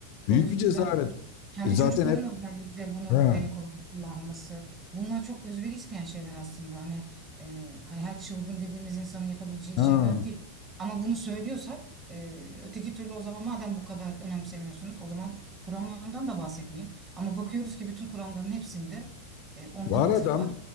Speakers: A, on the left (about 45°); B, on the right (about 20°).
A: Büyük
B: O yüzden
A: bir cesaret.
B: kendi
A: E, Zaten
B: çocukların
A: hep
B: özellikle bunu
A: ha,
B: denek olarak kullanması. Bunlar çok özveri isteyen şeyler aslında. Hani e, hani her çılgın dediğimiz insanın yapabileceği
A: ha.
B: şeyler değil. Ama bunu söylüyorsak e, öteki türlü o zaman madem bu kadar önemsemiyorsunuz o zaman kuramlarından da bahsetmeyin. Ama bakıyoruz ki bütün kuramların hepsinde e, ondan
A: Var
B: atıf
A: adam.
B: var.